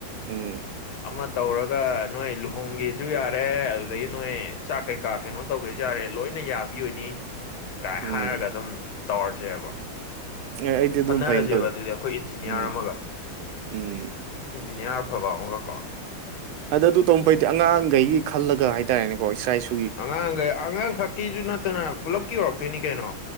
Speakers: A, on the right; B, on the left.
A: ꯎꯝ
B: ꯑꯃ ꯇꯧꯔꯒ ꯅꯣꯏ ꯂꯨꯍꯣꯡꯒꯦ ꯖꯨ ꯌꯥꯔꯦ ꯑꯗꯨꯗꯒꯤ ꯅꯣꯏ ꯆꯥꯛ ꯀꯩꯀꯥ ꯀꯩꯅꯣ ꯇꯧꯒꯦꯖꯨ ꯌꯥꯔꯦ ꯂꯣꯏꯅ ꯌꯥꯕꯤ ꯑꯣꯏꯅꯤ ꯀꯥꯏ
A: ꯎꯝ
B: ꯍꯥꯏꯔꯒ ꯑꯗꯨꯝ ꯇꯧꯔꯖꯦꯕ
A: ꯑꯦ ꯑꯩꯗꯤ ꯑꯗꯨꯝ
B: ꯈꯟꯅꯔꯖꯦꯕ
A: ꯐꯩꯅ ꯈꯜꯂꯦ
B: ꯑꯗꯨꯗꯤ ꯑꯩꯈꯣꯏ ꯏꯟꯖꯤꯅꯤꯌꯥꯔ
A: ꯎꯝ
B: ꯑꯃꯒ
A: ꯎꯝ
B: ꯏꯟꯖꯤꯅꯤꯌꯥꯔ ꯑꯐꯕ ꯑꯃꯒꯀꯣ
A: ꯑꯗ ꯑꯗꯨ ꯇꯧ ꯐꯩꯗꯤ ꯑꯉꯥꯡꯒꯩꯒꯤ ꯈꯜꯂꯒ ꯍꯥꯏꯇꯥꯔꯦꯅꯦꯀꯣ ꯏꯁꯥ ꯏꯁꯨ
B: ꯑꯉꯥꯡꯒꯩ ꯑꯉꯥꯡꯈꯛꯀꯤꯖꯨ ꯅꯠꯇꯅ ꯄꯨꯂꯞꯀꯤ ꯑꯣꯏꯔꯛꯇꯣꯏꯅꯤ ꯀꯩꯅꯣ